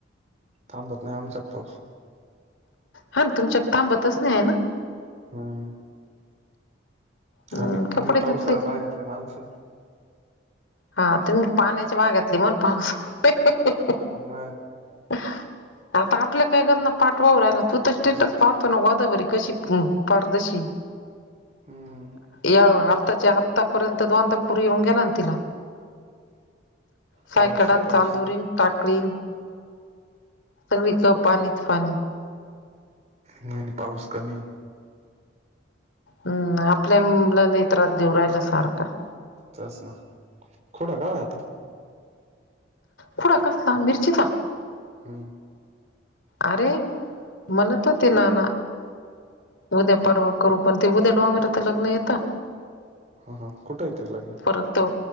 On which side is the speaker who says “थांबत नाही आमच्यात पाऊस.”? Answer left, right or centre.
Right